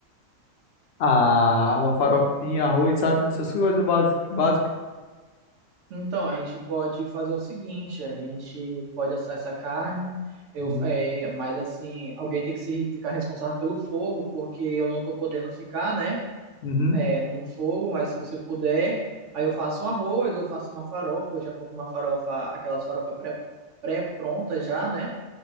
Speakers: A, on the left (about 65°); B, on the right (about 65°).
A: a uma farofinha, arroz, sabe? Essas coisas básicas. básicas.
B: Então, a gente pode fazer o seguinte, a gente pode assar essa carne, eu,
A: Uhum.
B: é, mas, assim, alguém tem que se, ficar responsável pelo fogo, porque eu não tô podendo ficar, né,
A: Uhum.
B: é, num fogo, mas se você puder, aí eu faço um arroz, eu faço uma farofa, eu já compro uma farofa, aquelas farofas pré, pré-prontas já, né?